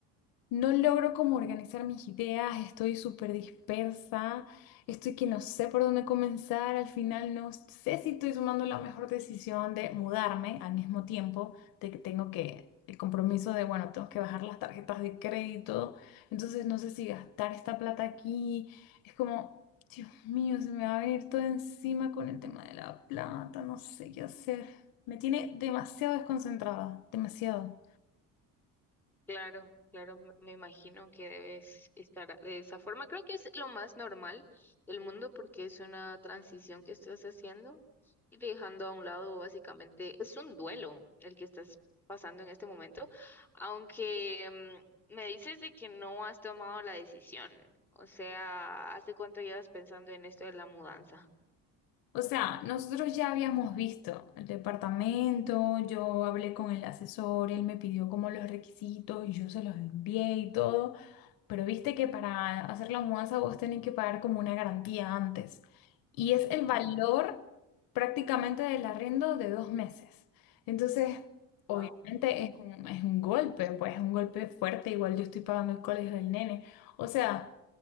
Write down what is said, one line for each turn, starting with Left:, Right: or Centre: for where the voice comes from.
Left: no logro como organizar mis ideas, estoy súper dispersa, estoy que no sé por dónde comenzar, al final no sé si estoy tomando la mejor decisión de mudarme al mismo tiempo, de que tengo que, el compromiso de, bueno, tengo que bajar las tarjetas de crédito, entonces no sé si gastar esta plata aquí, es como, Dios mío, se me va a venir todo encima con el tema de la plata, no sé qué hacer, me tiene demasiado desconcentrada, demasiado.
Centre: claro, claro, me me imagino que debes estar a- de esa forma. Creo que es lo más normal del mundo porque es una transición que estás haciendo y dejando a un lado básicamente, es un duelo el que estás pasando en este momento, aunque mm, me dices de que no has tomado la decisión. O sea, ¿hace cuánto llevas pensando en esto de la mudanza?
Left: O sea, nosotros ya habíamos visto el departamento, yo hablé con el asesor, él me pidió como los requisitos y yo se los envié y todo. Pero viste que para hacer la mudanza vos tenés que pagar como una garantía antes. Y es el
Centre: Ajá,
Left: valor prácticamente del arriendo de dos meses. Entonces, obviamente
Centre: Wow.
Left: es un, es un golpe, pues es un golpe fuerte. Igual yo estoy pagando el colegio del nene. O sea,